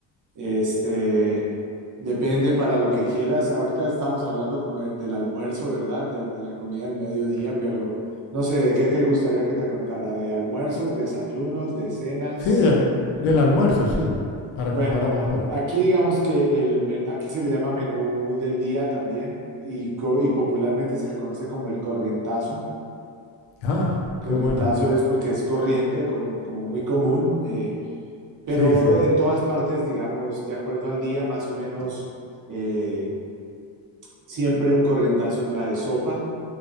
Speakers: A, on the right (about 40°); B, on the left (about 85°).
A: Este, depende para lo que quieras. Ahorita estábamos hablando como de- del almuerzo, ¿verdad? Del- de la comida del mediodía, pero no sé, ¿de qué te gustaría que te contara? ¿De almuerzos, desayunos, de cenas?
B: Sí, de- del almuerzo, sí, para
A: Bueno,
B: comparar
A: ac-
B: un poco.
A: aquí digamos que el, me- aquí se le llama menú del día también y, co- y popularmente se le conoce como el corrientazo.
B: Ah,
A: Corrientazo
B: qué bueno.
A: es porque es corriente, com- como muy común, eh, pero
B: Sí, sí.
A: en todas partes, digamos, de acuerdo al día, más o menos eh, Siempre un corrientazo trae sopa,